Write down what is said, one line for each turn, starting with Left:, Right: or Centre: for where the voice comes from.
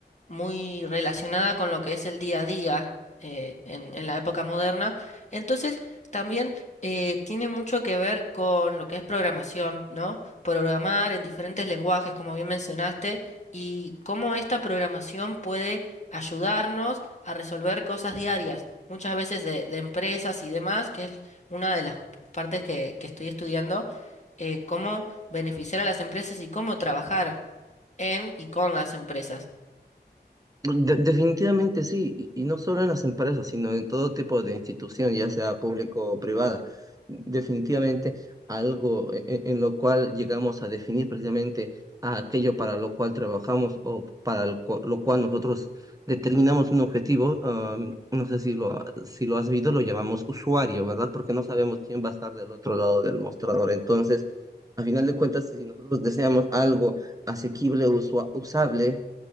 Left: muy relacionada con lo que es el día a día eh, en, en la época moderna. Entonces, también eh, tiene mucho que ver con lo que es programación, ¿no? Programar en diferentes lenguajes, como bien mencionaste, y cómo esta programación puede ayudarnos a resolver cosas diarias, muchas veces de, de empresas y demás, que es una de las partes que, que estoy estudiando, eh, cómo beneficiar a las empresas y cómo trabajar en y con las empresas.
Right: De- definitivamente sí, y, y no solo en las empresas, sino en todo tipo de institución, ya sea público o privada. Definitivamente algo e- e- en, lo cual llegamos a definir precisamente a aquello para lo cual trabajamos o para el cu- lo cual nosotros determinamos un objetivo. ah, no sé si lo, si lo has visto, lo llamamos usuario, ¿verdad? Porque no sabemos quién va a estar del otro lado del mostrador. Entonces, a final de cuentas, si nosotros deseamos algo asequible, usua- usable,